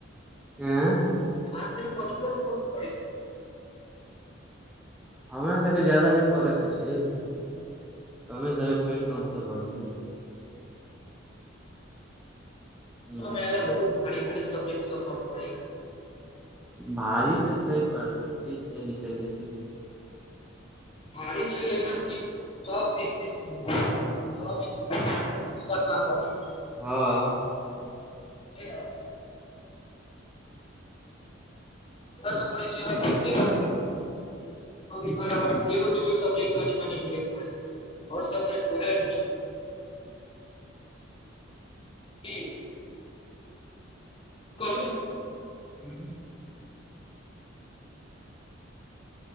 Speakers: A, in the centre; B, on the left.
A: ऐं
B: आहाँ सब मे कथि कथि पढ़ पड़ै
A: हमरा सभके जादा नहि पड़ऽके छै कमे समे पढ़ि कऽ हमसभ भऽ जेबै ह
B: सुनऽ में एले बहुत भारी भारी सब्जेक्ट सब पढ़ पड़ैया
A: भारी तऽ छै पर ठीक छै निकलि जेतै
B: भारी छै लेकिन अी सब <unintelligible> कतबा ब <unintelligible>
A: हँ
B: तेहन <unintelligible> तऽ प छै बातदिन घ
A: ह
B: <unintelligible> एगो दुगो सब्जेकट कनि म मिल आओर सबजेक्ट उएह रहै छै की कहु
A: उंहूँ